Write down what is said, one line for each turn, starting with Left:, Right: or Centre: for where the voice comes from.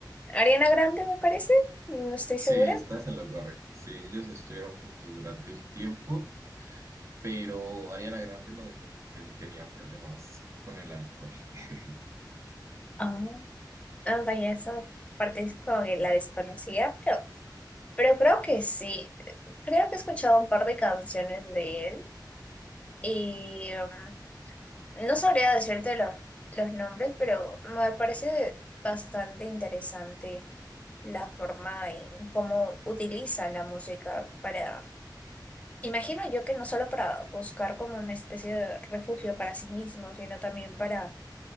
Left: Ariana Grande, me parece, no estoy
Right: Sí,
Left: segura.
Right: estás en lo correcto. Sí, ellos estuvieron juntos durante un tiempo, pero Ariana Grande lo dejó porque él tenía problemas con el alcohol. <laughs>
Left: Ah, Ah, vaya, esa parte es como que la desconocía, pero, pero creo que sí. Creo que he escuchado un par de canciones de él y um, no sabría decirte los, los nombres, pero me parece bastante interesante la forma en cómo utiliza la música para, imagino yo que no solo para buscar como una especie de refugio para sí mismo, sino también para